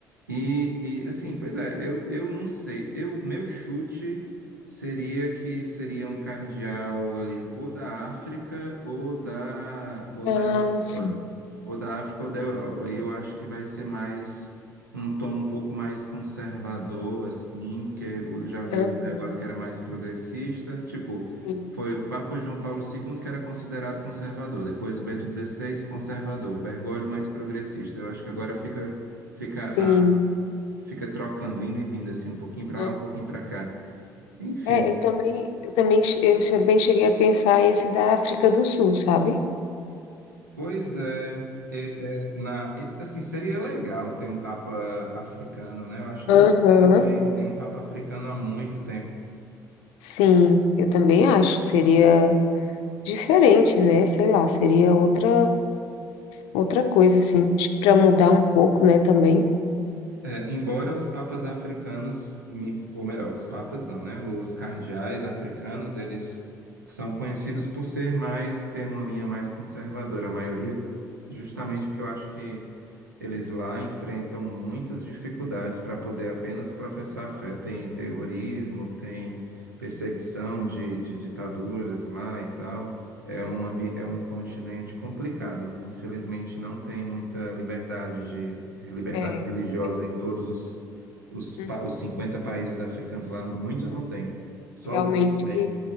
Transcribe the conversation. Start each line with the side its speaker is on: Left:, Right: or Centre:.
Right: E, e, assim, pois é, eu, eu não sei. Eu, meu chute seria que seria um cardeal ali, ou da África ou da, ou
Left: Ah,
Right: da Europa.
Left: sim.
Right: Ou da África ou da Europa. E eu acho que vai ser mais um tom um pouco mais conservador, assim, porque o- já veio
Left: Aham,
Right: o Bergoglio que era mais progressista. Tipo,
Left: sim.
Right: foi o Papa João Paulo II que era considerado conservador, depois o Bento XVI, conservador, o Bergoglio mais progressista. Eu acho que agora fica. Fica
Left: Sim.
Right: fica trocando, indo e vindo, assim, um pouquinho para
Left: aham.
Right: lá, um pouquinho para cá. Enfim,
Left: É, eu também, eu também, che- eu também cheguei a pensar esse da África do Sul, sabe?
Right: pois é. É, é, na, e, assim, seria legal ter um Papa africano, né? Eu acho que
Left: Aham,
Right: não teve nenhum Papa africano há muito tempo.
Left: sim, eu também acho. Seria diferente, né? Sei lá, seria outra outra coisa, assim. Acho que para mudar um pouco, né, também.
Right: É, embora os papas africanos, me- ou melhor, os papas não, né? Os cardeais africanos, eles são conhecidos por ser mais, ter uma linha mais conservadora, a maioria, justamente porque eu acho que Eles lá enfrentam muitas dificuldades para poder apenas professar a fé. Tem terrorismo, tem perseguição de, de ditaduras lá e tal. É um, ambi- é um continente complicado. Infelizmente, não tem muita liberdade de liberdade
Left: É,
Right: religiosa
Left: é.
Right: em todos os, os, pa-
Left: Uhum.
Right: os 50 países africanos lá. Muitos
Left: Não,
Right: não têm, só
Left: realmente
Right: alguns que têm.